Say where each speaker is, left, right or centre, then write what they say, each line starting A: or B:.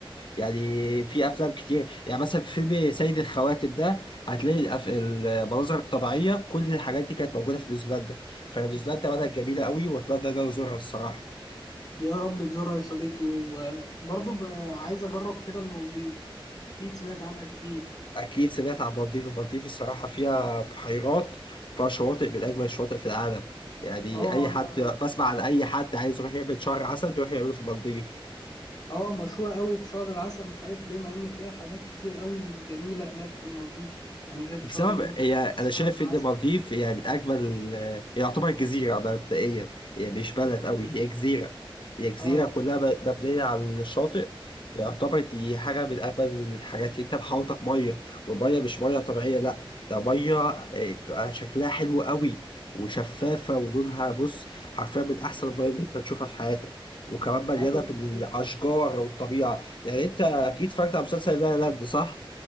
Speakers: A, on the left; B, on the left.
A: يعني في أفلام كتير يعني مثلا في فيلم سيد الخواتم ده هتلاقي الأف... المناظر الطبيعية كل الحاجات دي كانت موجودة في نيوزيلندا فنيوزيلندا بلد جميلة قوي وأتمنى إن أنا أزورها الصراحة
B: يا رب تزورها يا صديقي وبرضه بقى عايز اجرب كده المالديف اكيد سمعت عنها كتير
A: اكيد سمعت عن المالديف المالديف الصراحه فيها بحيرات فيها شواطئ من اجمل الشواطئ في العالم يعني
B: اه
A: اي
B: انا
A: حد بسمع عن اي حد عايز يروح يعمل شهر عسل بيروح يعمله في المالديف
B: اه مشهورة قوي بشهر العسل مش عارف ليه مع ان فيها حاجات كتير قوي جميلة هناك في المالديف يعني غير شهر
A: بسبب
B: غير خصوص
A: هي انا شايف
B: شهر العسل
A: ان المالديف هي من اجمل هي يعتبر جزيره ده مبدئيا هي مش بلد قوي هي جزيره هي جزيره
B: اه
A: كلها ب- مبنيه على الشاطئ يعتبر دي حاجه من اجمل الحاجات اللي انت محاوطك ميه والميه مش ميه طبيعيه لا ده ميه آه، بيبقى شكلها حلو قوي وشفافه ولونها بص حرفيا من احسن الميه اللي انت هتشوفها في حياتك وكمان مليانه
B: ايوه
A: بالاشجار
B: دي حقيقة
A: والطبيعه يعني انت اكيد اتفرجت على مسلسل لا لا لاند صح؟